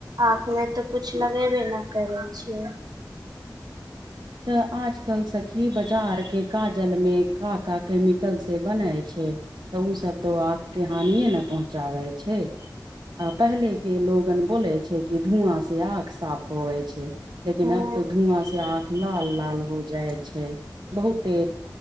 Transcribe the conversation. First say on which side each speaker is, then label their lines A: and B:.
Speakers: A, on the right (about 65°); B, on the right (about 85°).
A: आँख मे तऽ कुछ लगेबे न करे छिय
B: तऽ आजकल सखी बाजार के काजल मे का का केम आ कल से बनै छै तऽ ओसभ तऽ ओ आँखके हानिए ने पहुँचाबै छै आ पहले के लोगन बोले छै कि धुआ से आख आँख साफ होवइ छै लेकिन
A: हूँ
B: आब तऽ धुआँ से आँख लाल लाल हो जाइ छै बहुते